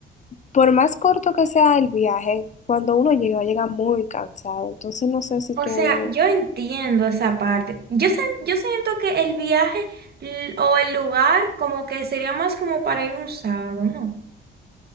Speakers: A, on the left (about 35°); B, on the right (about 55°).
A: por más corto que sea el viaje, cuando uno llega, llega muy cansado. Entonces no sé si
B: O
A: tú,
B: sea, yo entiendo esa parte. Yo, sen- yo siento que el viaje l- o el lugar como que sería más como para ir un sábado, ¿no?